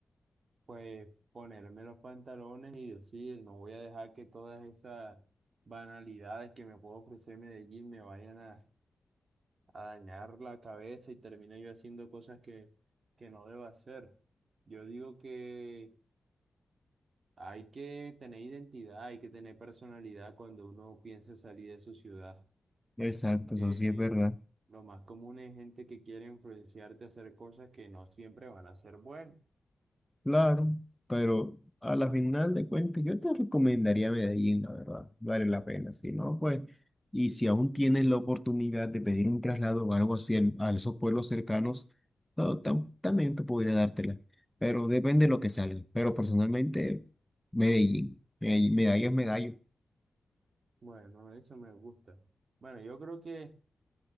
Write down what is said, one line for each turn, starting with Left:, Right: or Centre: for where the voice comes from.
Right: Pues ponerme los pantalones y decir, no voy a dejar que todas esas banalidades que me puede ofrecer Medellín me vayan a a dañar la cabeza y termine yo haciendo cosas que, que no debo hacer. Yo digo que hay que tener identidad, hay que tener personalidad cuando uno piensa salir de su ciudad.
Centre: Exacto,
Right: Que
Centre: eso sí es verdad.
Right: lo más común es gente que quiere influenciarte a hacer cosas que no siempre van a ser buenas.
Centre: Claro, pero a la final de cuentas yo te recomendaría Medellín, la verdad, vale la pena, si no, pues, y si aún tienes la oportunidad de pedir un traslado o algo así en- a esos pueblos cercanos, no, tam- también te podría dártela, pero depende de lo que salga, pero personalmente Medellín, Medellín, medalla es medallo.
Right: Bueno, eso me gusta. Bueno, yo creo que